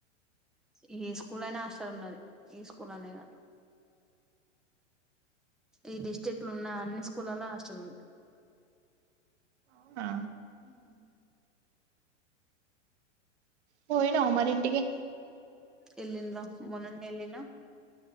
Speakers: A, in the centre; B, on the right.
A: ఈ స్కూల్ అనే ఆస్టాల్ ఉన్నది ఈ స్కూల్ అనే కాదు ఈ డిస్టిక్లో ఉన్న అన్ని స్కూలాల హాస్టల్ ఉంది
B: అవునా
A: మ్
B: పొయ్న్నవా మరి ఇంటికి
A: ఎలిన్డ్ర మొనన్నే ఏలినా